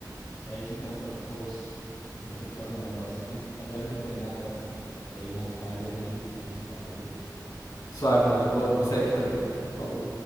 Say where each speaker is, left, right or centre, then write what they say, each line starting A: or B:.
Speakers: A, on the left; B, on the left.
A: é isso então, Statopoulos. Vou ter que fazer um negócio aqui. Na verdade, eu vou treinar agora. Daí mais tarde a gente se fala, beleza?
B: Suave, mano. Eu vou, vou sair aqui também, então. Falou.